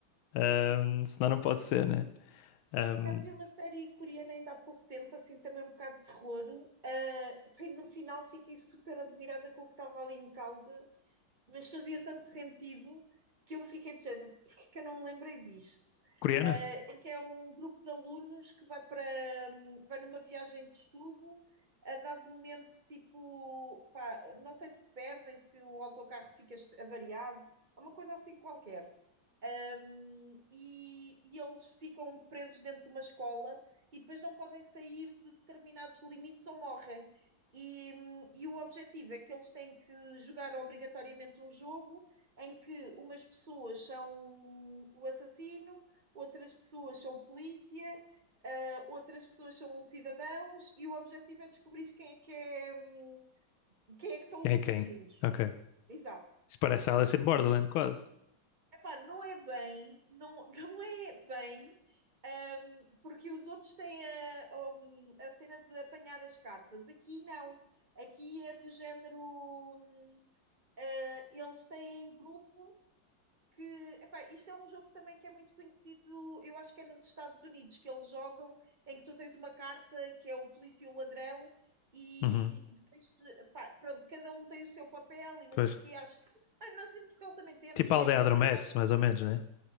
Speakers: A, on the left; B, on the right.
A: ahm, senão não pode ser, né? Ahm,
B: Por acaso vi uma série coreana ainda há pouco tempo, assim, também um bocado de terror. Ah, pá, e no final fiquei super admirada com o que estava ali em causa. mas fazia tanto sentido que eu fiquei de género, porque que eu não me lembrei disto?
A: coreana?
B: Eh, em que é um grupo de alunos que vai para hum, vai numa viagem de estudo, a dado momento, tipo, pá, não sei se perdem, se o autocarro fica avariado, é uma coisa assim qualquer. Um, e, e eles ficam presos dentro de uma escola e depois não podem sair de determinados limites ou morrem. E, e, o objetivo é que eles têm que jogar obrigatoriamente um jogo em que umas pessoas são o assassino, outras pessoas são polícia, uh, outras pessoas são cidadãos, e o objetivo é descobrir quem é que, é, hum, quem é que são
A: Quem
B: os
A: é
B: assassinos.
A: quem? Ok.
B: Exato.
A: Isso parece Alice in Borderland, quase.
B: Epá, não é bem, não, <laughs> não é bem, ahm, porque os outros têm a, um, a cena de apanhar as cartas. Aqui não. Aqui é do género. hum, ah, eles têm grupo que. Epá, isto é um jogo também que é muito conhecido, eu acho que é nos Estados Unidos, que eles jogam, em que tu tens uma carta que é o polícia e o ladrão, e,
A: Uhum.
B: e depois, epá, pronto, cada um tem o seu papel e não
A: Pois.
B: sei o quê. Acho que. Ah, nós em Portugal também temos,
A: Tipo a
B: que
A: aldeia
B: é aquele
A: adormece,
B: que nós
A: mais ou menos, né?